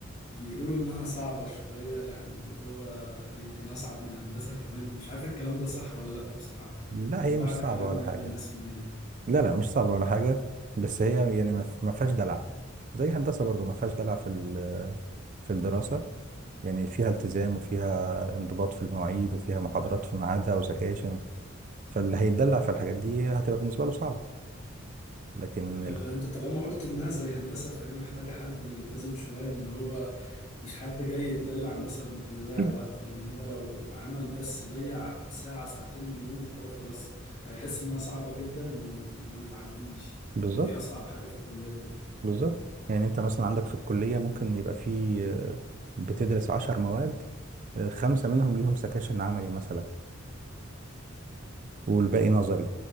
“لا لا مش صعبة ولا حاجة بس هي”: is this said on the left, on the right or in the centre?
Right